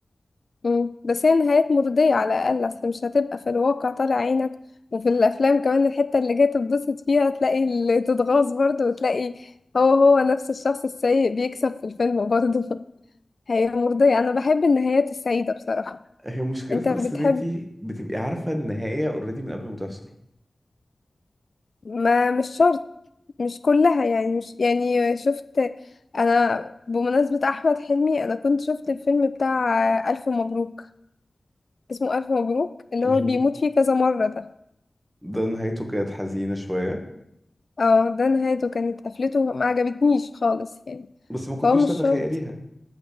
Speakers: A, on the left; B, on the right.
A: مم. بس هي نهايات مرضية على الأقل أصل مش هتبقى في الواقع طالع عينك وفي الأفلام كمان الحتة اللي جاي تتبسط فيها تلاقي اللي تتغاظ برضه وتلاقي هو هو نفس الشخص السيء بيكسب في الفيلم برضه <laughs> هي مرضية أنا بحب النهايات السعيدة بصراحة
B: هي مشكلتها
A: أنت بتحب
B: بس ان انتي بتبقي عارفة النهاية اوريدي من قبل ما تحصل
A: ما مش شرط مش كلها يعني مش يعني شفت انا بمناسبة احمد حلمي انا كنت شفت الفيلم بتاع الف مبروك اسمه الف مبروك اللي
B: مهم.
A: هو بيموت فيه كذا مرة ده
B: ده نهايته كانت حزينة شوية
A: اه ده نهايته كانت قفلته ما عجبتنيش خالص يعني
B: بس ما كنتيش
A: فهو مش
B: تتخيليها
A: شرط